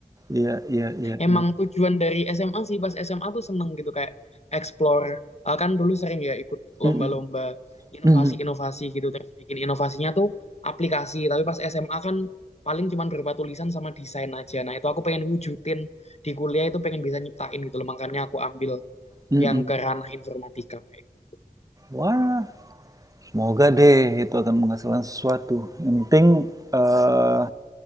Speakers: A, on the right; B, on the left.
A: Iya iya iya
B: emang
A: iya.
B: tujuan dari SMA sih pas SMA tuh seneng gitu kayak explore Eh, kan dulu sering ya ikut
A: Mhm,
B: lomba-lomba inovasi-inovasi
A: mhm,
B: gitu terus bikin inovasinya tuh aplikasi tapi pas SMA kan paling cuman berupa tulisan sama desain aja nah itu aku pengen wujudin di kuliah itu pengen bisa nyiptain gitu loh makanya aku ambil
A: mhm.
B: yang ke ranah informatika kayak gitu.
A: Wah, semoga deh itu akan menghasilkan sesuatu. Yang penting, eee,